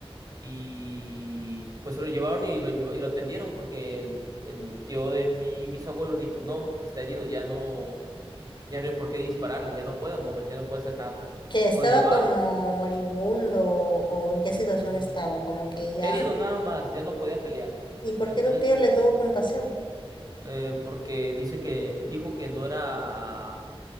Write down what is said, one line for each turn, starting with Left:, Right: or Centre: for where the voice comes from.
Right: y pues lo llevaron y lo, lleva- y lo atendieron porque el, el tío de mi bisabuelo dijo, no, está herido, ya no, ya no hay por qué dispararle, ya no puede moverse, ya no puede hacer nada.
Left: Que estaba
Right: Lo llevaron
Left: como moribundo o en qué situación
Right: mm,
Left: estaba, como que ya...
Right: herido nada más, ya no podía pelear.
Left: ¿Y por
Right: Entonces,
Left: qué tu tío le tuvo compasión?
Right: eh, porque dice que dijo que no era,